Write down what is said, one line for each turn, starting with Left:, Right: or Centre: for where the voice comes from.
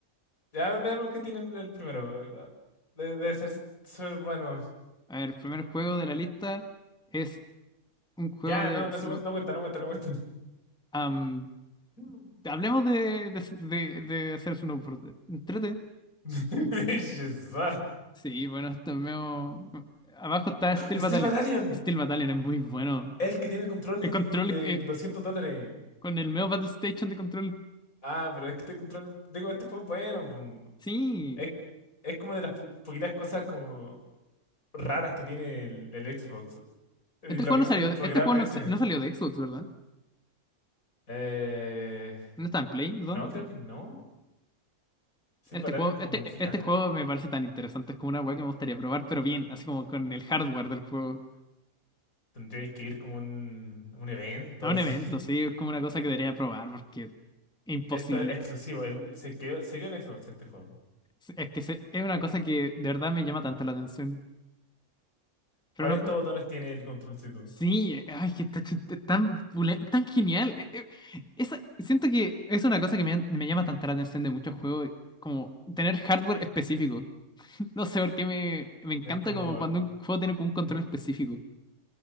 Left: ya veamos qué tiene el el primero. De- Debe ser, ser bueno.
Centre: A ver, el primer juego de la lista es un juego
Left: Ya,
Centre: de...
Left: no, no
Centre: sno-
Left: se cuen- no cuenta, no cuenta, no cuenta.
Centre: am,
Left: <laughs>
Centre: hablemos de, de, de, de hacer snowboard. Entrete.
Left: <laughs> Shazam.
Centre: Sí, bueno, esto es medio... Abajo está Steel
Left: Steel
Centre: Battalion.
Left: Battalion,
Centre: Steel Battalion es muy bueno.
Left: el que tiene el control
Centre: El control
Left: de
Centre: eh,
Left: 200 dólares.
Centre: con el medio Battle Station de control.
Left: Ah, pero es que este control, digo, este juego es bueno. pum.
Centre: Sí.
Left: Es, es como de las po- poquitas cosas como raras que tiene el, el Xbox. Y
Centre: Este
Left: lo
Centre: juego
Left: vimos
Centre: no salió,
Left: en el programa
Centre: este juego no,
Left: ese.
Centre: no salió de Xbox, ¿verdad?
Left: Eh,
Centre: No está en Play, ¿no?
Left: no,
Centre: No.
Left: creo que no. Steel
Centre: Este
Left: Battalion
Centre: juego,
Left: como
Centre: este,
Left: original.
Centre: este juego me parece tan interesante, es como una weá que me gustaría probar, pero bien, así como con el hardware del juego.
Left: Tendríais que ir como un, un evento
Centre: A
Left: así.
Centre: un evento, sí, es como una cosa que debería probar, porque
Left: <laughs>
Centre: imposible.
Left: Esto es exclusivo. el- se quedó, se quedó en Xbox este juego.
Centre: Sí, Es que se- es una cosa que de verdad me llama tanto la atención.
Left: 40
Centre: Pero no,
Left: botones tiene el controlcito.
Centre: sí, ay, que está chist- tan, pule- tan genial. Eh, eh, esa- siento que es una cosa que me, me llama tanto la atención de muchos juegos, como tener hardware específico. No sé por qué me, me encanta
Left: Es como...
Centre: como cuando un juego tiene como un control
Left: ¿Mm?
Centre: específico.